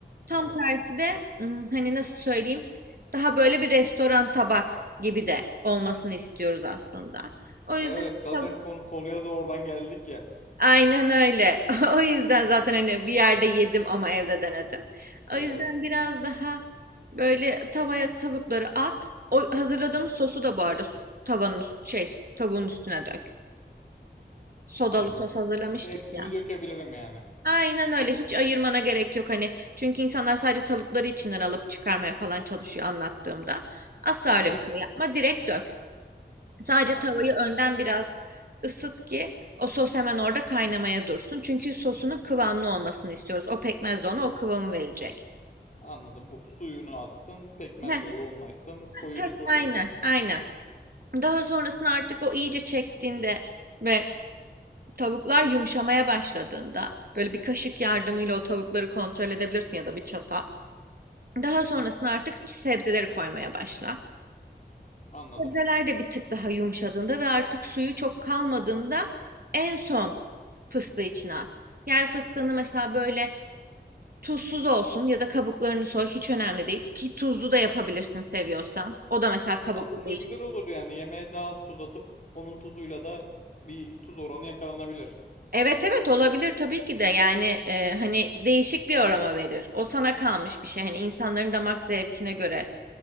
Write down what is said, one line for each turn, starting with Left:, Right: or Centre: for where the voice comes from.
Right: Tam
Left: Evet.
Right: tersi de ım, hani nasıl söyleyeyim daha böyle bir restoran tabak gibi de olmasını istiyoruz aslında. O yüzden
Left: Evet. Zaten
Right: tab-
Left: konu- konuya da oradan geldik ya.
Right: aynen öyle. <laughs> O yüzden zaten hani bir yerde yedim ama evde denedim. O
Left: Evet.
Right: yüzden biraz daha böyle tavaya tavukları at. O hazırladığımız sosu da bu arada tavanın üst, şey tavuğun üstüne dök. Sodalı
Left: Anladım.
Right: sos hazırlamıştık
Left: Hepsini
Right: ya.
Left: dökebilirim yani.
Right: Aynen öyle. Hiç ayırmana gerek yok hani. Çünkü insanlar sadece tavukları içinden alıp çıkarmaya falan çalışıyor anlattığımda. Asla öyle
Left: Evet.
Right: bir şey yapma. Direkt dök. Sadece
Left: Anladım.
Right: tavayı önden biraz ısıt ki o sos hemen orada kaynamaya dursun. Çünkü sosunun kıvamlı olmasını istiyoruz. O pekmez de ona o kıvamı verecek.
Left: Anladım. Bu suyunu atsın, pekmezle
Right: Heh,
Left: yoğunlaşsın, koyu
Right: heh,
Left: bir sos
Right: aynen.
Left: olsun.
Right: Aynen. Daha sonrasında artık o iyice çektiğinde ve tavuklar yumuşamaya başladığında böyle bir kaşık
Left: Hı hı.
Right: yardımıyla o tavukları kontrol edebilirsin ya da bir çatal. Daha sonrasında artık sebzeleri koymaya başla.
Left: Anladım.
Right: Sebzeler de bir tık daha yumuşadığında ve artık suyu çok kalmadığında en son fıstığı içine at. Yer fıstığını mesela böyle tuzsuz olsun ya da kabuklarını soy hiç önemli değil. Ki tuzlu da yapabilirsin seviyorsan. O da mesela kabuklu
Left: Aslında
Right: değil.
Left: güzel olur yani yemeğe daha az tuz atıp onun tuzuyla da bir tuz oranı yakalanabilir.
Right: Evet evet olabilir tabii ki de yani e, hani değişik bir aroma verir. O sana kalmış bir şey hani insanların damak zevkine göre.